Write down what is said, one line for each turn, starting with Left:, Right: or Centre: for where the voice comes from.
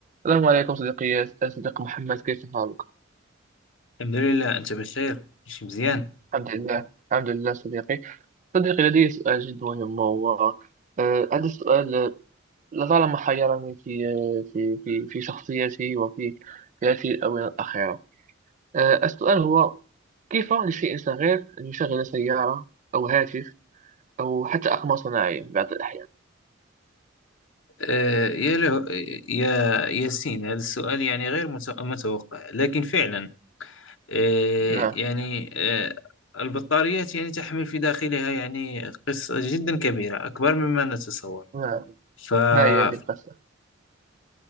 Right: السلام عليكم صديقي يا صديق محمد كيف حالك؟
Left: الحمد لله أنت بخير ماشي مزيان
Right: الحمد لله الحمد لله صديقي صديقي لدي سؤال جد مهم هو آه، هذا السؤال لطالما حيرني في آه، في في في شخصيتي وفي في هذه الآونة الأخيرة آه، السؤال هو كيف لشيء صغير أن يشغل سيارة أو هاتف أو حتى أقمار صناعية بعض الأحيان
Left: آه، يا له يا ياسين هذا السؤال يعني غير مت- متوقع لكن فعلا آه،
Right: نعم
Left: يعني آه، البطاريات يعني تحمل في داخلها يعني قصة جدا كبيرة أكبر مما نتصور
Right: نعم
Left: ف آه،
Right: ما هي هذه القصة؟